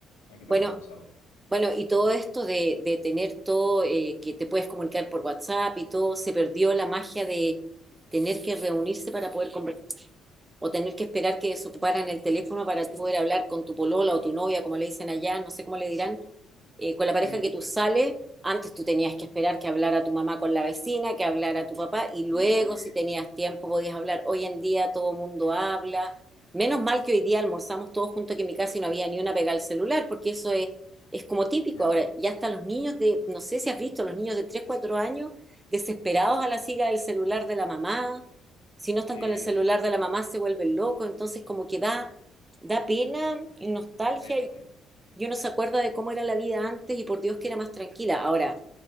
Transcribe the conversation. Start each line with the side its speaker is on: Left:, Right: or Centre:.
Left: Aquí
Right: Bueno,
Left: también ha pasado.
Right: bueno, y todo esto de, de tener todo, eh, que te puedes comunicar por WhatsApp y todo, se perdió la magia de tener que reunirse para poder conversar. o tener que esperar que desocuparan el teléfono para tú poder hablar con tu polola o tu novia, como le dicen allá, no sé cómo le dirán, eh, con la pareja
Left: Sí, sí.
Right: que tú sales, antes tú tenías que esperar que hablara tu mamá con la vecina, que hablara tu papá, y luego
Left: Sí,
Right: si tenías tiempo podías hablar. Hoy en día todo el mundo habla. Menos mal que hoy día almorzamos todos juntos que en mi casa y no había ni una pegada al celular, porque eso es, es como típico.
Left: ya.
Right: Ahora, ya hasta los niños de, no sé si has visto, los niños de 3 4 años desesperados a la siga del celular de la mamá si no están
Left: Sí,
Right: con el celular
Left: sí, sí.
Right: de la mamá se vuelven locos, entonces como que da, da pena y nostalgia
Left: Da pena,
Right: y
Left: sí.
Right: y uno se acuerda de cómo era la vida antes y por Dios que era más tranquila. Ahora,